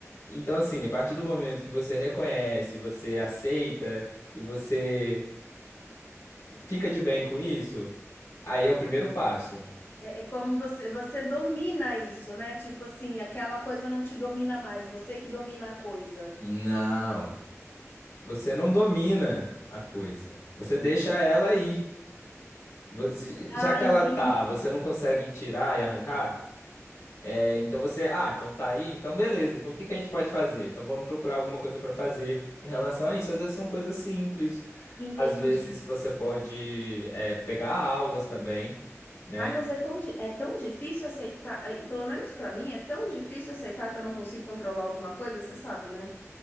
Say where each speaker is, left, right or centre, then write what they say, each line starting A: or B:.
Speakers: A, on the left; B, on the left.
A: Então, assim, a partir do momento que você reconhece, você aceita e você fica de bem com isso, aí é o primeiro passo.
B: É, é como você, você domina isso, né? Tipo assim, aquela coisa não te domina mais, você que domina a coisa.
A: Não. Você não domina a coisa. Você deixa ela aí. Você- já
B: Ah,
A: que
B: entendi.
A: ela tá, você não consegue tirar e arrancar, é, então você, ah, então tá aí, então beleza. Então o que que a gente pode fazer? Então vamos procurar alguma coisa para fazer em relação a isso. Às vezes são coisas simples.
B: Entendi.
A: Às vezes você pode, é, pegar aulas também, né?
B: Ai, mas é tão, di- é tão difícil aceitar, e pelo menos pra mim, é tão difícil aceitar que eu não consigo controlar alguma coisa, você sabe, né?